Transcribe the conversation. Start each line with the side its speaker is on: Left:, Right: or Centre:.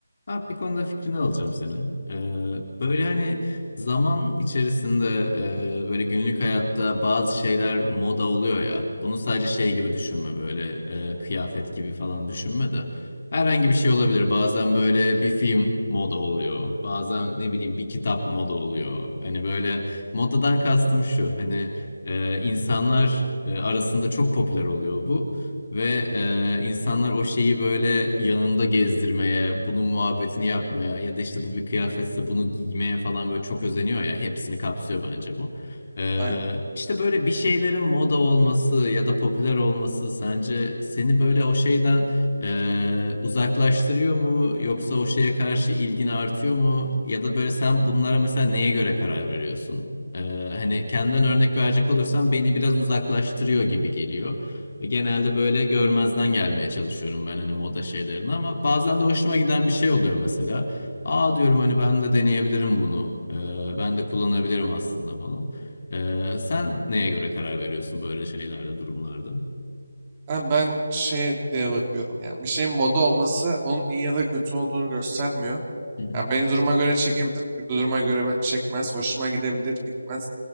Left: Abi bir konuda fikrini alacağım senin. Ee, böyle hani zaman içerisinde e, böyle günlük hayatta bazı şeyler moda oluyor ya. Bunu sadece şey gibi düşünme böyle e, kıyafet gibi falan düşünme de. Herhangi bir şey olabilir. Bazen böyle bir film moda oluyor. Bazen ne bileyim bir kitap moda oluyor. Hani böyle modadan kastım şu. Hani e, insanlar e, arasında çok popüler oluyor bu. Ve e, insanlar o şeyi böyle yanında gezdirmeye, bunun muhabbetini yapmaya ya da işte bu bir kıyafetse bunu giymeye falan böyle çok özeniyor ya. Hepsini kapsıyor bence bu. E,
Right: Aynen.
Left: işte böyle bir şeylerin moda olması ya da popüler olması sence seni böyle o şeyden e, uzaklaştırıyor mu? Yoksa o şeye karşı ilgin artıyor mu? Ya da böyle sen bunlara mesela neye göre karar veriyorsun? E, hani kendimden örnek verecek olursam beni biraz uzaklaştırıyor gibi geliyor. Ve Genelde böyle görmezden gelmeye çalışıyorum ben hani moda şeylerini ama bazen de hoşuma giden bir şey oluyor mesela. Aa diyorum hani ben de deneyebilirim bunu. Ee, ben de kullanabilirim aslında falan. Ee, sen neye göre karar veriyorsun böyle şeylerde, durumlarda?
Right: Ben, ben şeye diye bakıyorum. Yani bir şeyin moda olması onun iyi ya da kötü olduğunu göstermiyor.
Left: Hı hı.
Right: Yani beni duruma göre çekebilir, duruma göre be- çekmez, hoşuma gidebilir, gitmez.